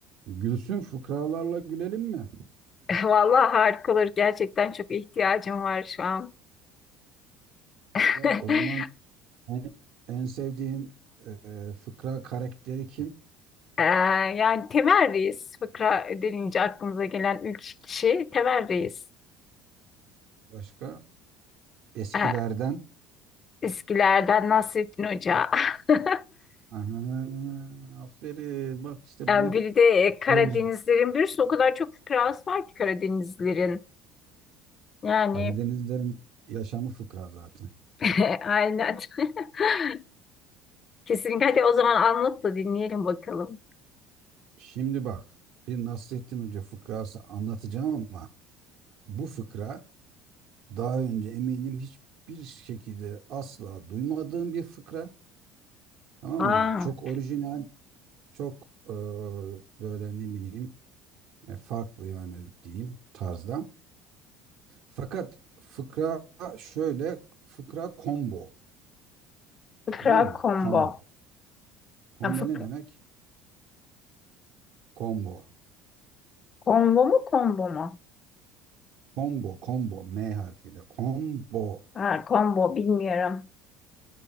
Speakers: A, on the right; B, on the left.
A: Gülsün fıkralarla gülelim mi?
B: <laughs> Vallahi harika olur. Gerçekten çok ihtiyacım var şu an.
A: Valla
B: <laughs>
A: o zaman en, en sevdiğin e, fıkra karakteri kim?
B: Ee, yani Temel Reis fıkra denince aklımıza gelen ilk kişi Temel Reis.
A: Başka? Eskilerden.
B: Ee, eskilerden Nasrettin Hoca. <laughs>
A: Aha, aferin bak işte
B: Yani
A: bunu.
B: bir de e, Karadenizlerin
A: Öz-
B: birisi o kadar çok fıkrası var ki Karadenizlerin. Yani
A: Karadenizlerin yaşamı fıkra zaten.
B: <laughs> aynen. <laughs> Kesinlikle. Hadi o zaman anlat da dinleyelim bakalım.
A: Şimdi bak bir Nasrettin Hoca fıkrası anlatacağım ama bu fıkra daha önce eminim hiçbir şekilde asla duymadığım bir fıkra. Tamam
B: Aa,
A: mı? Çok orijinal Çok e, böyle ne bileyim e, farklı yani diyeyim tarzda. Fakat fıkra şöyle fıkra combo
B: fıkra
A: tamam mı?
B: combo.
A: Combo. Combo
B: Ya, fıkra.
A: ne demek? Combo.
B: Combo mu combo mu?
A: Combo, combo M harfiyle. Combo.
B: Ha, combo bilmiyorum.